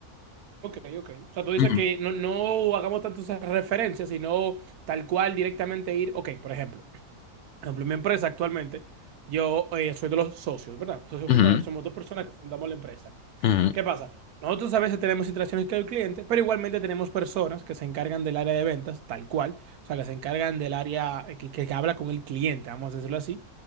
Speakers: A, on the right; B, on the left.
A: ok, ok. O sea, tú dices
B: Ujú,
A: que no, no hagamos tantas referencias, sino tal cual directamente ir. Ok, por ejemplo. Por ejemplo, en mi empresa actualmente, yo eh, soy de los socios, ¿verdad? Socios
B: ujú,
A: fundadores, somos dos personas que fundamos la empresa.
B: ujú,
A: ¿Qué pasa? Nosotros a veces tenemos interacciones con el cliente, pero igualmente tenemos personas que se encargan del área de ventas, tal cual, o sea, que se encargan del área eh, que, que habla con el cliente, vamos a decirlo así.